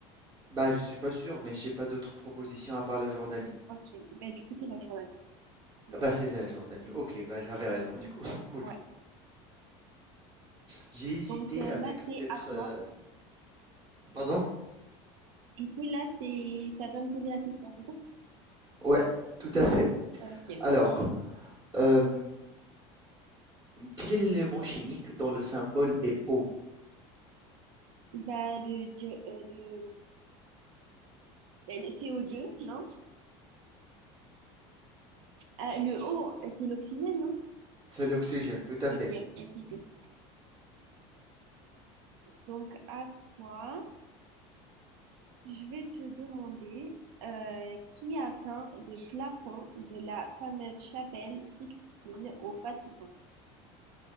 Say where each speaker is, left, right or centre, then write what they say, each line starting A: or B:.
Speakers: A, on the right (about 25°); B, on the right (about 80°).
A: Bah, je suis pas sûr, mais j'ai pas d'autres propositions à part la Jordanie.
B: Ok, ben, du coup, c'est la Jordanie. C'est-
A: Ah bah, c'est la Jordanie. Ok, bah j'avais raison, du coup. <laughs> Cool.
B: Ouais.
A: J'ai hésité
B: Donc euh,
A: avec
B: là,
A: peut-être.
B: c'est à toi.
A: euh, Pardon?
B: Du coup, là, c'est ça vient de poser la question, c'est ça?
A: Ouais, tout à fait.
B: Ok.
A: Alors, euh, quel est l'élément chimique dont le symbole est O?
B: Bah, le, dio- euh, le... ben, le CO2, non? Ah, le O, c'est l'oxygène, non?
A: C'est l'oxygène, tout à
B: Ok,
A: fait.
B: ok, ok. Donc, à toi. Je vais te demander euh, qui a peint le plafond de la fameuse chapelle Sixtine au Vatican.